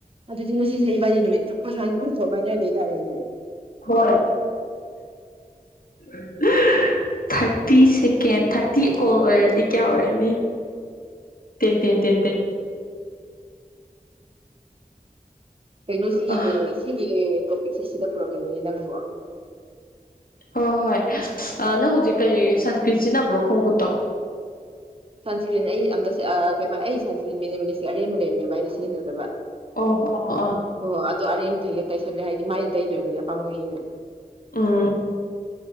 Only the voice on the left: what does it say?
ꯍꯣꯏ ꯍꯥ <inaudible> ꯊꯥꯔꯇꯤ ꯁꯦꯀꯦꯟ ꯊꯥꯔꯇꯤ ꯀꯣꯜ ꯑꯣꯏꯔꯗꯤ ꯀꯌꯥ ꯑꯣꯏꯔꯅꯤ ꯇꯦꯟ ꯇꯦꯟ ꯇꯦꯟ ꯇꯦꯟ
ꯑ
ꯍꯣ ꯍꯣꯏ ꯅꯪ ꯍꯧꯖꯤꯛ ꯀꯩ ꯁꯥꯟ ꯢꯀꯤꯟ ꯁꯤꯖꯤꯟꯅꯕ꯭ꯔꯣ ꯈꯣꯡ ꯀꯨꯠꯇꯣ
ꯑꯣ ꯑꯣ ꯑꯣ
ꯑꯝ